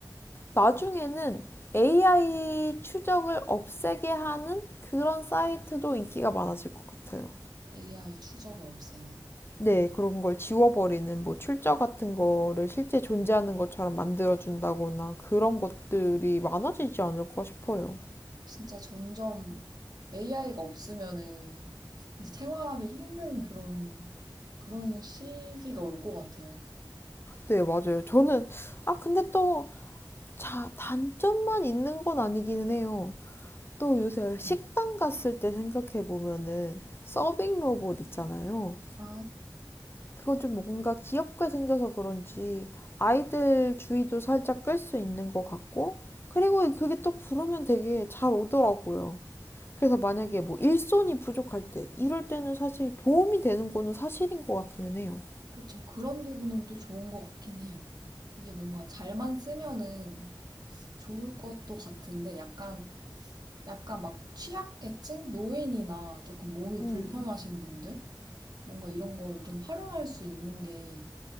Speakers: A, on the left (about 30°); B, on the right (about 55°).
A: 나중에는 AI 추적을 없애게 하는 그런 사이트도 인기가 많아질 것 같아요.
B: AI 추적을 없애는.
A: 네, 그런 걸 지워버리는 뭐 출처 같은 거를 실제 존재하는 것처럼 만들어준다거나 그런 것들이 많아지지 않을까 싶어요.
B: 진짜 점점 AI가 없으면은 생활하기 힘든 그런, 그런 시기가 올 것 같아요.
A: 네, 맞아요. 저는, 아, 근데 또 자, 단점만 있는 건 아니기는 해요. 또 요새 식당
B: 네.
A: 갔을 때 생각해보면은 서빙 로봇 있잖아요.
B: 아,
A: 그거 좀 뭔가 귀엽게 생겨서 그런지 아이들 주의도 살짝 끌 수 있는 것 같고, 그리고 그게 또 부르면 되게 잘 오더라고요. 그래서 만약에 뭐 일손이 부족할 때 이럴 때는 사실 도움이 되는 거는 사실인 것 같기는 해요.
B: 그쵸. 그런 부분은 또 좋은 것 같긴 해요. 이게 뭔가 잘만 쓰면은 좋을 것도 같은데 약간 약간 막 취약계층? 노인이나 조금 몸이
A: 음,
B: 불편하신 분들? 뭔가 이런 거를 좀 활용할 수 있는 게